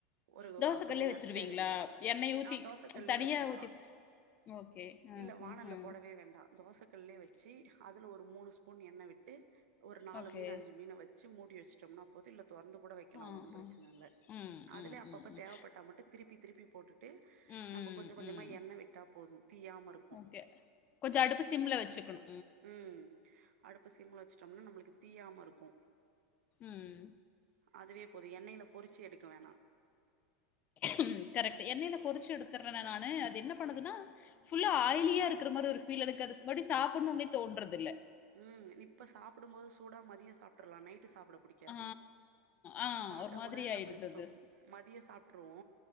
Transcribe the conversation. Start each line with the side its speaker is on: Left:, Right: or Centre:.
Right: ஒரு
Left: தோச
Right: வ கொஞ்ச
Left: கல்லே வச்சுருவீங்களா?
Right: நேரத்துலே ரெண்டு
Left: எண்ணெய் ஊத்தி
Right: ஆ தோச கல்லே
Left: தனியா
Right: வெச்சிர்லா
Left: ஊத்தி ஓகே. ம்,
Right: இல்ல வானல்ல
Left: ம், ம்.
Right: போடவே வேண்டா தோச கல்லே வெச்சு அதுல ஒரு மூணு ஸ்பூன் எண்ணெ விட்டு ஒரு நாலு
Left: ஓகே.
Right: மீன் அஞ்சு மீன் வச்சு மூடி வச்சுட்டம்னா போது தொறந்து கூட வெக்கலா
Left: ஆஹா.
Right: ஒன்னு பிரச்சன இல்ல
Left: ம்,
Right: அதுல
Left: ம்,
Right: அப்பப்ப
Left: ம், ம்.
Right: தேவப்பட்டா மட்டு திருப்பி திருப்பி போட்டு ட்டு
Left: ம்,
Right: நம்ம
Left: ம்,
Right: கொஞ்ச கொஞ்சமா
Left: ம்.
Right: எண்ணெ விட்டா போது தீயாம இருக்
Left: ஓகே கொஞ்ச அடுப்ப சிம்ல வச்சுக்கணு
Right: ம் அடுப்ப சிம்ல வச்சிட்டம்னா நம்ளுக்கு தீயாம இருக்கு
Left: ம்
Right: அதுவே போது எண்ணெய்ல பொறிச்சு எடுக்க வேணா
Left: ம் கரெக்ட்டா என்னெயில பொரிச்சு எடுத்துறனா நானு அது என்ன பண்ணுதுனா ஃபுல்லா ஆயிலியா இருக்கிற மாரி ஒரு ஃபீல் இருக்கு அது மறுடி சாப்டணும்னே தோன்றதுல்ல
Right: ம் இப்ப சாப்டும் போது சூடா மதியோ சாப்ட்ரலா நைட்டு சாப்ட பிடிக்காது
Left: ஆ, ஆ
Right: சாப்ட்டா
Left: ஒரு மாதிரி
Right: கூட
Left: ஆயிடுது
Right: நம்மளுக்கு இப்ப
Left: அது.
Right: மதியோ சாப்ட்ருவோ